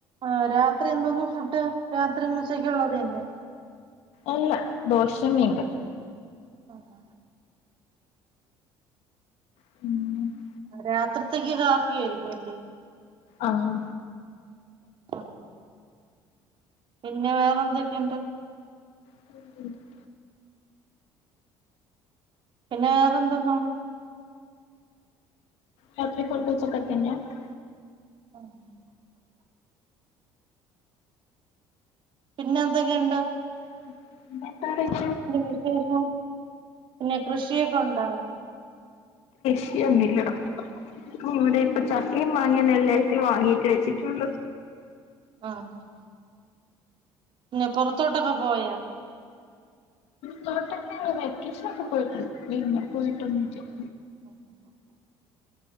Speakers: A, on the right; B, on the left.
A: ആ രാത്രി എന്തോന്നും ഫുഡ് രാത്രിഉച്ചക്ക ഉള്ളത് തന്നെ
B: അല്ല ദോശയും മീൻകറിയും
A: <unintelligible>
B: <unintelligible>
A: രാത്രിത്തേക്ക് കാപ്പിയാരിക്കും അല്ലേ
B: ആഹ്
A: ആഹ് പിന്നെ വേറെന്തൊക്കെയുണ്ട്
B: <unintelligible>
A: പിന്നെ വേറെന്തോന്നാണ്
B: രാത്രി <unintelligible>
A: ആഹ് പിന്നെന്തൊക്കെയുണ്ട്
B: <unintelligible> ന്താ <unintelligible> <unintelligible>
A: വിശേഷം പിന്നെ കൃഷിയൊക്കെ ഉണ്ടോ അവിടെ
B: ഒന്നും ഇല്ലെടോ ഇപ്പൊ ഇവിടെ ഇപ്പോ ചക്കേം മാ അങ്ങനെ എല്ലായിട്ടും വാങ്ങിട്ട് വെച്ചിട്ടെള്ളൂ
A: ആഹ് പിന്നെ പുറത്തോട്ടൊക്കെ പോയാ
B: പൊറത്തോട്ടൊക്കെ വെക്കേഷനൊക്കെ പോയിട്ടോണ്ട് പിന്നെ പോയിട്ടൊന്നുല്ല
A: <unintelligible>